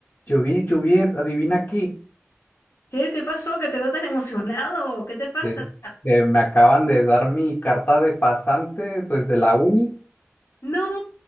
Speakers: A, on the left; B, on the left.
A: Chubis, Chubis, adivina aquí.
B: ¿Qué, qué pasó? ¿Que te veo tan emocionado? ¿Qué te pasa?
A: Este, me acaban de dar mi carta de pasante, pues de la uni.
B: No,